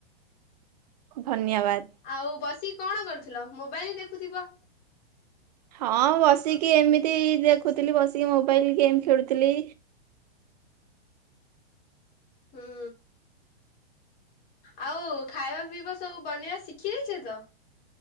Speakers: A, on the right; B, on the left.
A: ଧନ୍ୟବାଦ।
B: ଆଉ ବସିକି କଣ କରୁଥିଲ ମୋବାଇଲ ଦେଖୁଥିବ?
A: ହଁ ବସିକି ଏମିତି ଦେଖୁଥିଲି ବସିକି ମୋବାଇଲ ଗେମ୍ ଖେଳୁଥିଲି।
B: ହୁଁ। ଆଉ ଖାଇବା ପିଇବା ସବୁ ବନେଇବା ଶିଖି ଯାଇଛ ତ?